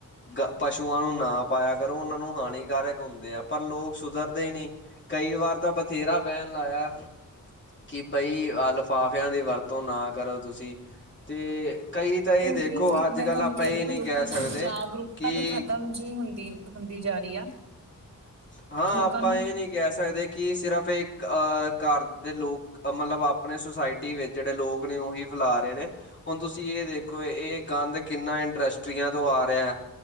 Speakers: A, on the left; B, on the right.
A: ਪਸ਼ ਪਸ਼ੂਆਂ ਨੂੰ ਨਾ ਪਾਇਆ ਕਰੋ, ਉਹਨਾਂ ਨੂੰ ਹਾਨੀਕਾਰਕ ਹੁੰਦੇ ਆ, ਪਰ ਲੋਕ ਸੁਧਰਦੇ ਨੀ। ਕਈ ਵਾਰ ਤਾਂ ਬਥੇਰਾ ਬੈਨ ਲਾਇਆ, ਕਿ ਬਈ ਆਹ ਲਫਾਫ਼ ਫ਼ਿਆਂ ਦੀ ਵਰਤੋਂ ਨਾ ਕਰੋ ਤੁਸੀਂ, ਤੇ ਕਈ ਤਾਂ ਇਹ
B: ਉਹੀ
A: ਦੇਖੋ ਅੱਜ
B: ਮੈਂ
A: ਕੱਲ
B: ਤੁਹਾਨੂੰ
A: ਆਪਾਂ
B: ਕਹਿ
A: ਇਹ
B: ਰਹੀ ਹਾਂ,
A: ਨਹੀਂ
B: ਵੀ ਲੋਕਾਂ
A: ਕਹਿ ਸਕਦੇ
B: ਚ ਜਾਗਰੂਕਤਾ
A: ਕਿ
B: ਵੀ ਖ਼ਤਮ ਜਿਹੀ ਹੁੰਦੀ ਹੁੰਦੀ ਜਾ ਰਹੀ ਆ।
A: ਹਾਂ
B: ਲੋਕਾਂ
A: ਆਪਾਂ
B: ਨੂੰ
A: ਇਹ ਨੀ ਕਹਿ ਸਕਦੇ, ਕਿ ਸਿਰਫ ਇੱਕ ਅਹ ਘਰ ਦੇ ਲੋਕ ਮਤਲਬ ਆਪਣੇ ਸੁਸਾਇਟੀ ਵਿੱਚ ਜਿਹੜੇ ਲੋਕ ਨੇ, ਉਹੀ ਫੈਲਾ ਰਹੇ ਨੇ। ਹੁਣ ਤੁਸੀਂ ਇਹ ਦੇਖੋ, ਇਹ ਗੰਦ ਕਿੰਨਾ ਇੰਡਸਟਰੀਆਂ ਤੋਂ ਆ ਰਿਹਾ।